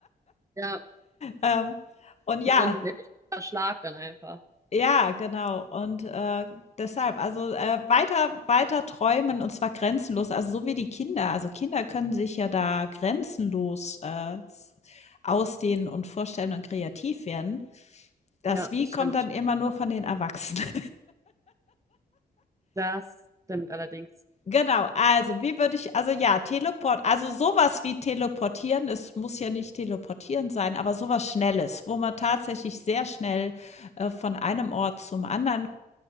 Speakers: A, on the right (about 20°); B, on the left (about 40°).
A: ja,
B: Ähm, und ja,
A: wie so ein richtiger Schlag dann einfach.
B: ja, genau. Und äh, deshalb, also äh, weiter, weiter träumen und zwar grenzenlos, also so wie die Kinder. Also Kinder können sich ja da grenzenlos äh, ausdehnen und vorstellen und kreativ werden. Das
A: Ja,
B: Wie
A: das
B: kommt
A: stimmt.
B: dann immer nur von den Erwachsenen.
A: Das stimmt allerdings.
B: Genau, also wie würde ich also ja, Teleport also sowas wie teleportieren, es muss ja nicht teleportieren sein, aber sowas Schnelles, wo man tatsächlich sehr schnell, äh, von einem Ort zum anderen